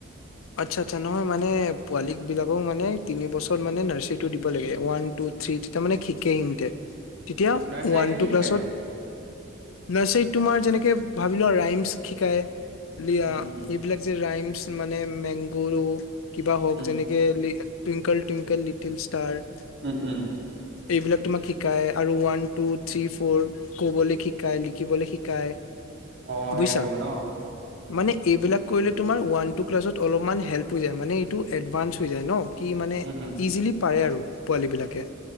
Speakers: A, on the left (about 75°); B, on the right (about 60°).
A: আচ্ছা আচ্ছা নহয় মানে পোৱালি। বিলাকো মানে। তিনি বছৰ
B: উম
A: মানে নাৰৰ্চী। টো দিব লাগে। ওৱান টো
B: উম
A: থ্ৰী তেতিয়া মানে কি? কেমটে তেতিয়া
B: নাৰ্চাৰীত
A: ওৱান
B: কি
A: টু
B: শিকাইনো
A: ক্লাছৰ। নাচাৰিত তোমাৰ যেনেকে ভাবি লোৱা ৰাইমচ। শিকায়ে। লিয়া
B: উম উম
A: এইবিলাক যে ৰাইম। মানে মেংগুৰো। কিবা হওঁক
B: উম
A: যেনেকে।। Twinkle, twinkle little star.
B: উম উম
A: এইবিলাক তোমাক শিকাই আৰু ওৱান টু থ্ৰী ফ'ৰ ক'বলৈ ষি কাই লিখিবলৈ শিকায়
B: অ সেইবোৰ
A: বুজিছা
B: ন
A: মানে এইবিলাক কৰিলে তোমাৰ ওৱান টু ক্লাছত অলপমান হেল্প হৈ যায় মানে এইটো এডভানস হৈ যায় ন, কি মানে
B: উম উম
A: ইজিলি পাৰে আৰু পোৱালী বিলাকে